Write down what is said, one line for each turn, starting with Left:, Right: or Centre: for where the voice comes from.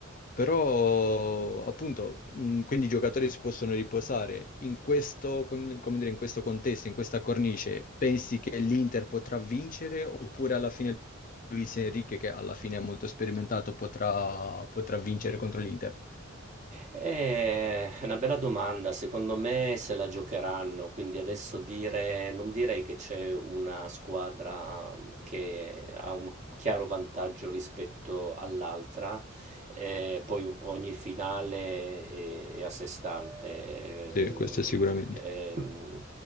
Left: Però, appunto, mh, quindi i giocatori si possono riposare. In questo, con- come dire, in questo contesto, in questa cornice, pensi che l'Inter potrà vincere oppure alla fine Luis Enrique, che alla fine è molto sperimentato, potrà, potrà vincere contro l'Inter?
Right: Eh, È una bella domanda, secondo me se la giocheranno, quindi adesso dire, non direi che c'è una squadra che ha un chiaro vantaggio rispetto all'altra, Eh, poi ogni finale è, è a sé stante.
Left: Sì,
Right: Ehm,
Left: questo sicuramente.
Right: ehm,